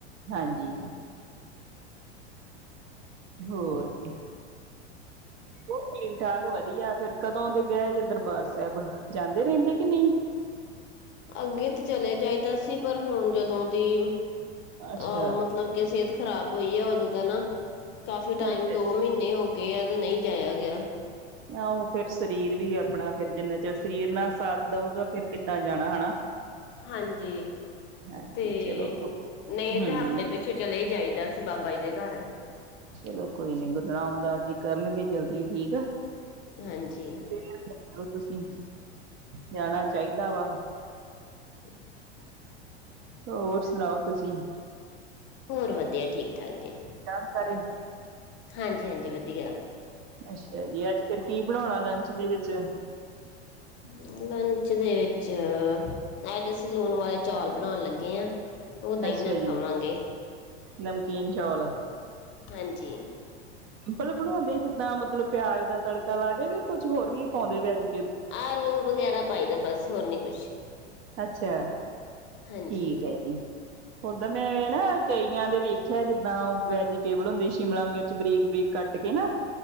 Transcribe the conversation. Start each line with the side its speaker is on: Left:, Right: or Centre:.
Right: ਹਾਂਜੀ। ਹੋਰ ਕੀ। ਉਹ ਠੀਕ ਠਾਕ ਵਧੀਆ, ਫੇਰ ਕਦੋਂ ਦੇ ਗਏ ਜੇ ਦਰਬਾਰ ਸਾਹਿਬ। ਜਾਂਦੇ ਰਹਿੰਦੇ, ਕਿ ਨਹੀਂ।
Left: ਅੱਗੇ ਤੇ ਚਲੇਿਆ ਜਾਈਦਾ ਸੀ, ਪਰ ਹੁਣ ਜਦੋਂ ਦੀ।
Right: ਅੱਛਾ
Left: ਅਹ ਮਤਲਬ ਕਿ ਸਿਹਤ ਖ਼ਰਾਬ ਹੋਈ ਹੈ ਉਦੋਂ ਦਾ ਨਾ, ਕਾਫੀ ਟਾਈਮ
Right: ਅੱਛਾ ਅੱਛਾ।
Left: ਦੋ ਮਹੀਨੇ ਹੋ ਗਏ। ਗਇਆ ਤਾਂ ਨਹੀਂ ਜਾਇਆ ਗਿਆ।
Right: ਨਾ ਉਹ ਫੇਿਰ ਸਰੀਰ ਵੀ ਆਪਣਾ, ਫਿਰ ਜਿੰਨਾ ਚਿਰ ਸਰੀਰ ਨਾ ਸਾਥ ਦਊਗਾ ਫਿਰ ਕਿੱਦਾਂ ਜਾਣਾ ਹਨਾ।
Left: ਹਾਂਜੀ,
Right: ਹਾਂਜੀ
Left: ਤੇ
Right: ਚਲੋ ਗੁ-
Left: ਨਹੀਂ
Right: ਹਮ
Left: ਤੇ ਹਫ਼ਤੇ ਪਿੱਛੇ। ਪੀਛੋ ਚਲੇ ਜਾਈਦਾ ਸੀ ਬਾਬਾ ਜੀ ਦੇ ਘਰ।
Right: ਚਲੋ ਕੋਈ ਨੀ, ਗੁਰੂ ਰਾਮਦਾਸ ਜੀ ਕਰਨਗੇ ਜਲਦੀ ਠੀਕ ਆ।
Left: ਹਾਂਜੀ।
Right: ਹੈਲੋ ਤੁਸੀਂ, ਜਾਣਾ ਚਾਹੀਦਾ ਵਾ।
Left: <inaudible>
Right: ਹੋਰ ਸੁਣਾਓ ਤੁਸੀਂ।
Left: ਹੋਰ ਵਧੀਆ ਠੀਕ- ਠਾਕ ਜੀ,
Right: ਚੱਲ ਸਾਰੇ
Left: ਹਾਂਜੀ-ਹਾਂਜੀ ਵਧੀਆ।
Right: ਅੱਛਾ ਜੀ, ਅੱਜ ਫਿਰ ਕੀ ਬਣਾਉਣਾ ਲੰਚ ਦੇ ਵਿੱਚ।
Left: ਹ। ਲੰਚ ਦੇ ਵਿੱਚ, ਅੱਜ ਅਸੀਂ ਲੂਣ ਵਾਲੇ ਚੌਲ ਬਣਾਉਣ ਲੱਗੇ ਹਾਂ। ਉਹ ਦਹੀਂ
Right: ਅੱਛਾ
Left: ਨਾਲ ਖਾਵਾਂਗੇ
Right: ਜੀ, ਨਮਕੀਨ ਚੌਲ।
Left: ਹਾਂਜੀ।
Right: ਸਿੰਪਲ ਬਣਾਉਂਦੇ ਜਿੱਦਾਂ ਮਤਲਬ ਪਿਆਜ ਦਾ ਤੜਕਾ ਲਾ ਕੇ ਜਾ ਕੁੱਝ ਹੋਰ ਵੀ ਪਾਉਂਦੇ ਵਿਜ।
Left: ਆਲੂ ਵਗੈਰਾ ਪਾਈ ਦਾ ਬਸ, ਹੋਰ ਨੀ ਕੁਛ।
Right: ਅੱਛਾ,
Left: ਹਾਂਜੀ।
Right: ਠੀਕ ਹੈ ਜੀ। ਉਦਾਂ ਮੈਂ ਨਾ ਕਈਆਂ ਦੇ ਵੇਖਿਆ ਜਿੱਦਾਂ ਉਹ, ਵੈਜੀਟੇਬਲ ਹੁੰਦੀ ਸ਼ਿਮਲਾ ਮਿਰ ਵਿੱਚ ਬਰੀਕ- ਬਰੀਕ ਕੱਟ ਕੇ ਨਾ।